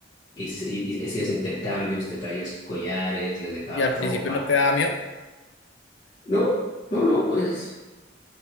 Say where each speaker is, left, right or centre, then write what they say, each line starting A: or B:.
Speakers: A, on the left (about 45°); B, on the left (about 70°).
A: y, y- y hacías intercambios, te traías collares, les dejabas
B: Y al principio
A: ropa.
B: no te daba miedo.
A: No, no, no, pues.